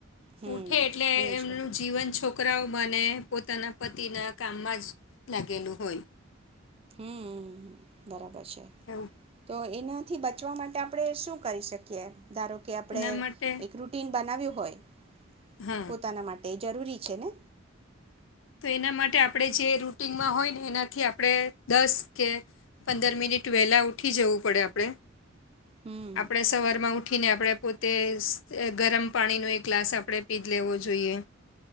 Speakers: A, on the right (about 30°); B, on the left (about 70°).
A: હમ
B: ઉઠે એટલે
A: એવું
B: એમનું
A: છે
B: જીવન છોકરાઓ મને પોતાના પતિના કામમાં જ લાગેલું હોય.
A: હમ. બરાબર છે,
B: એવું
A: તો એનાથી બચવા માટે આપણે શું કરી શકીએ? ધારો કે આપડણે
B: એના માટે
A: એક રૂટીન બનાવ્યું હોય.
B: હા
A: પોતાના માટે જરૂરી છેને.
B: તો એના માટે આપણે જે રૂટનમાં હોય ને એનાથી આપણે દસ કે પંદર મિનિટ વહેલા ઉઠી જવું પડે આપણે.
A: હમ
B: આપડે સવારમાં ઉઠી ઉઠીને આપણે પોતે ગરમ પાણીનો એક ગ્લાસ આપણે પી જ લેવો જોઈએ.